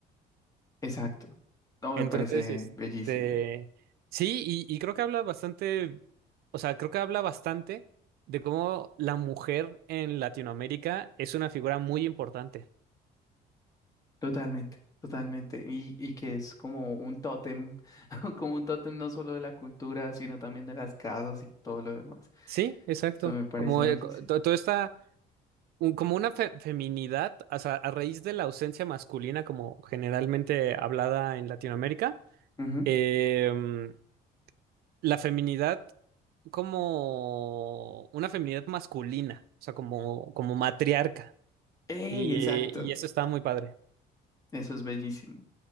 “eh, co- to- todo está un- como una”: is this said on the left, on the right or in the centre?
Right